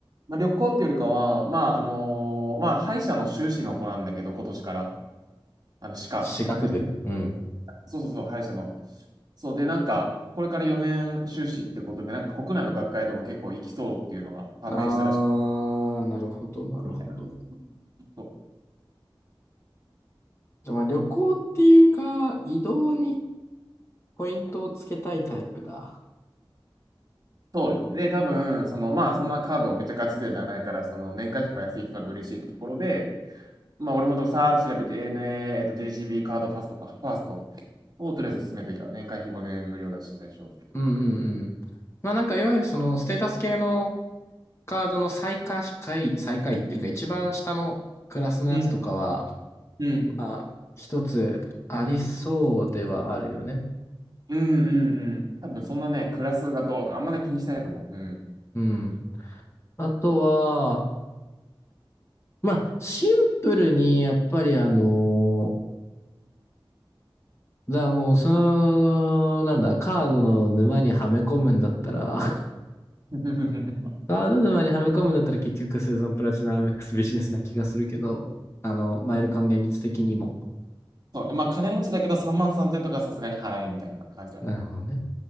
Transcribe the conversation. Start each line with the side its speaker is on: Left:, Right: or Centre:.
Right: まあ、旅行っていうよりかは、まあ、あのーまあ、歯医者の修士の子なんだけど、今年から、あの、歯科、
Left: 私学部うん。
Right: はい、そうそうそう、歯医者の。そうで、なんか、これから4年修士ってことで、なんか国内の学会とか結構行きそうっていうのが判明したらしい
Left: あー、なるほど、なるほど。
Right: みたいな。そう
Left: じゃあ、まあ旅行っていうか、移動にポイントをつけたいタイプだ。
Right: そうですね。で、多分、その、まあ、そんなカードめっちゃガチ勢ではないから、その、年会費とか安いと多分嬉しいってところで、まあ、俺もとさーっと調べて ANA、えっと、JCB カードファーストか、ファーストをとりあえず進めといた。年会費5年無料だし、最初。
Left: うんうんうん。まあなんかいわゆるそのステータス系のカードの最下位、最下位っていうか一番下のクラスのやつとかは、
Right: うん、うん。
Left: まあ、一つありそうではあるよね。
Right: うんうんうん。多分そんなね、クラスがどうとかあんまり気にしてないと思う。うん。
Left: うん。あとは、まあ、シンプルに、やっぱりあのー、だからもう、その、なんだ、カードの沼にはめ込むんだったら、<laughs>
Right: <laughs>
Left: カード沼にはめ込むんだったら結局生存プラチナエムエックスビジネスな気がするけど、あの、マイル還元率的にも。
Right: そうね。まあ金持ちだけど3万3000とかさすがに払えみたいな感じだ。
Left: なるほどね。